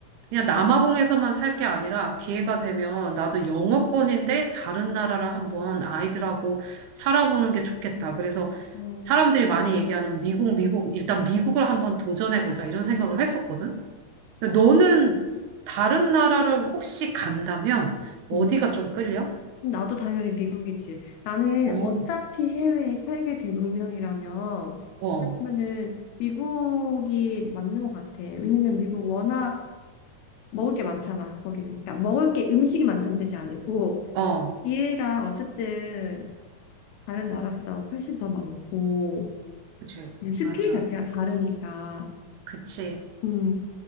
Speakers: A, on the right; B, on the left.
A: 그냥 남아공에서만 살 게 아니라 기회가 되면 나도 영어권인데 다른 나라를 한번 아이들하고 살아보는 게 좋겠다. 그래서
B: 어,
A: 사람들이 많이 얘기하는 미국, 미국, 일단 미국을 한번 도전해보자 이런 생각을 했었거든. 근데 너는 다른 나라를 혹시 간다면 어디가
B: 음.
A: 좀 끌려?
B: 나도 당연히 미국이지. 나는
A: 어,
B: 어차피 해외에 살게 될 운명이라면
A: 어,
B: 그러면은 미국이 맞는 것 같아. 왜냐면 미국 워낙 먹을 게 많잖아, 거기는. 그러니까 먹을 게 음식이 많다는 뜻이 아니고
A: 어, 어,
B: 기회가 어쨌든 다른 나라보다 훨씬 더 많고
A: 그치.
B: 스킬
A: 맞아.
B: 자체가 다르니까.
A: 그치.
B: 음,